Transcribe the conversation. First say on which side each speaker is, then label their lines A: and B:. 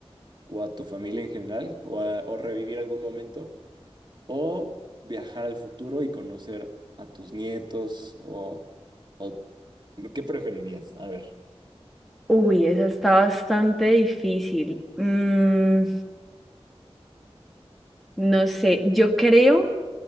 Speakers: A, on the right; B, in the centre.
A: o a tu familia en general o, a- o revivir algún momento? ¿O viajar al futuro y conocer a tus nietos o, o- ¿qué preferirías? A ver.
B: Uy, esa está bastante difícil. Mm, no sé, yo creo,